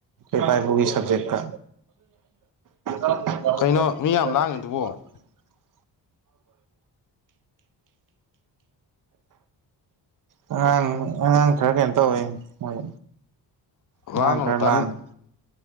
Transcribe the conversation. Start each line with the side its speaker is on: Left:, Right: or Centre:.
Right: ꯏꯄꯥ ꯏꯄꯨ ꯒꯤ ꯁꯕꯖꯦꯛꯇ <unintelligible>
Left: ꯀꯩꯅꯣ ꯃꯤ ꯌꯥꯝ ꯂꯥꯡꯉꯤꯗꯨꯕꯣ
Right: ꯍ ꯑꯡ ꯑꯉꯥꯡ ꯈꯔ ꯀꯩꯅꯣ ꯇꯧꯋꯦ ꯃꯣꯏ ꯑꯉꯥꯡ
Left: ꯂꯥꯡꯒꯅꯣ
Right: ꯈꯔ
Left: ꯇꯥꯅꯤꯡ
Right: ꯂꯥꯡꯉꯦ